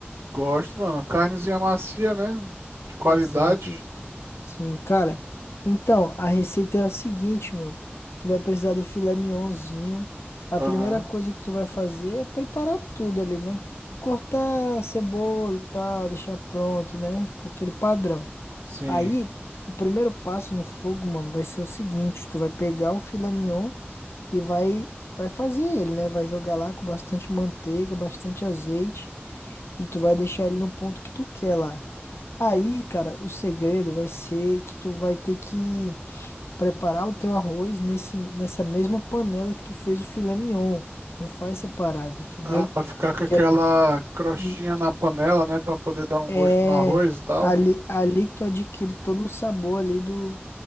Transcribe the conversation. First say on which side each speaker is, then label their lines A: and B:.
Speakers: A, on the right (about 85°); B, on the left (about 75°).
A: Gosto, mano. Carnezinha macia, né? De qualidade.
B: Exato, Sim, cara. Então, a receita é a seguinte, mano. Tu vai precisar do filé mignonzinho. A primeira
A: Aham,
B: coisa que tu vai fazer é preparar tudo ali, né? Cortar a cebola e tal, deixar pronto, né? Por aquele padrão.
A: sim.
B: Aí, o primeiro passo no fogo, mano, vai ser o seguinte: tu vai pegar o filé mignon e vai, vai fazer ele, né? Vai jogar lá com bastante manteiga, bastante azeite. E tu vai deixar ele no ponto que tu quer lá. Aí, cara, o segredo vai ser que tu vai ter que preparar o teu arroz nesse, nessa mesma panela que tu fez o filé mignon. Não faz separado, entendeu?
A: Ah, pra ficar com
B: Porque
A: aquela crostinha
B: e-
A: na panela, né? Pra poder dar um
B: é
A: gosto no arroz e tal.
B: ali, ali que tu adquire todo o sabor ali do,